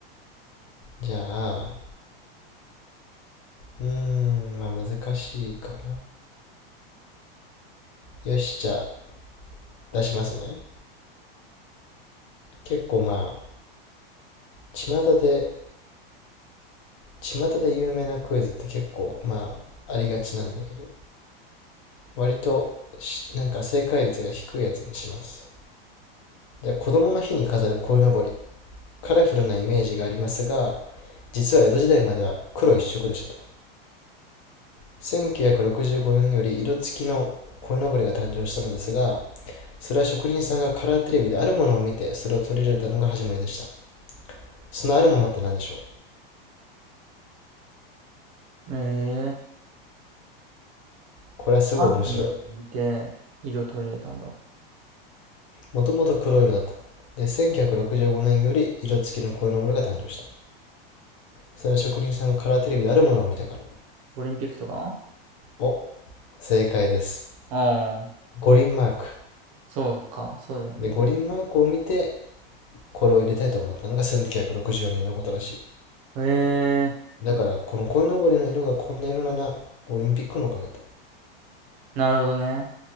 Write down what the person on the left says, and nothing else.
じゃあ、うーん、まあ難しいかな。よし、じゃあ出しますね。結構まあ、巷で、巷で有名なクイズって結構まあ、ありがちなんだけど、割とし、なんか正解率が低いやつにします。じゃあ、子供の日に飾る鯉のぼり。カラフルなイメージがありますが、実は江戸時代までは黒一色でしたと。1965年より色付きの鯉のぼりが誕生したのですが、それは職人さんがカラーテレビであるものを見て、それを取り入れたのが始まりでした。そのあるものって何でしょう
これはすごい面白い。
もともと黒色だった。で、1965年より色付きのこういうのものが誕生した。それは職人さんがカラーテレビであるものを見たから。
お、正解です。
五輪マーク。
で、五輪マークを見て、これを入れたいと思ったのが1964年のことらし
い。だから、この鯉のぼりの色がこんな色なら、オリンピックのおかげだ。